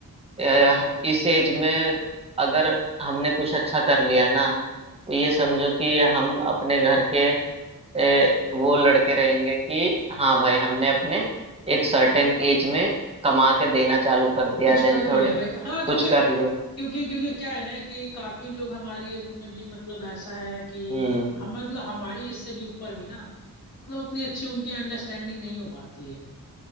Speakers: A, on the right; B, on the left.
A: अ, इस एज में अगर हमने कुछ अच्छा कर लिया ना तो ये समझो कि हम अपने घर के अ, वो लड़के रहेंगे कि हाँ भाई हमने अपने एक सर्टेन एज में कमा के देना चालू कर दिया
B: कुछ
A: देन
B: कर
A: थोड़े
B: लिया भाई हाँ क्योंकि
A: कुछ कर लिया
B: क्योंकि क्योंकि क्या है ना कि काफी लोग हमारी एज में भी मतलब ऐसा है कि
A: हम्म
B: हम मतलब हमारी एज से भी ऊपर भी ना मतलब उतनी अच्छी उनकी अंडरस्टैंडिंग नहीं हो पाती है